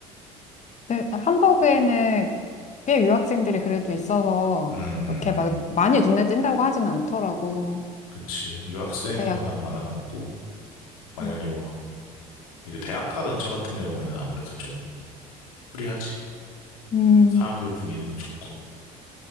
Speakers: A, on the left; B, on the left.
A: 근데 함버그에는 꽤 유학생들이 그래도 있어서
B: 음,
A: 이렇게 막 많이 눈에 띈다고 하진 않더라고.
B: 그치. 유학생이
A: 근데
B: 워낙
A: 약-
B: 많아갖고, 만약에
A: 음,
B: 뭐, 이제 대학가 근처 같은 경우에는 아무래도 좀 프리하지.
A: 음,
B: 사람들 분위기도 좋고,